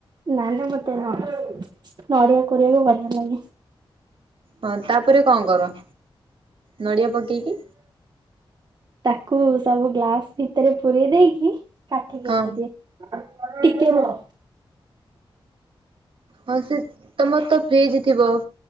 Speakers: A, on the right; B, on the right.
A: ନା ନା ମତେ ନ ନଡିଆ କୋରିବାକୁ ବଢ଼ିଆ ଲାଗେ।
B: ହଁ ତାପରେ କଣ କର। ନଡିଆ ପକେଇକି
A: ତାକୁ ସବୁ ଗ୍ଲାସ ଭିତରେ ପୁରେଇ ଦେଇକି କାଠିକି ଗେଞ୍ଜିଦିଏ
B: ହଁ
A: ଟିକେ ରୁହ।
B: ହଁ ସେ ତମର ତ ଫ୍ରିଜ୍ ଥିବ।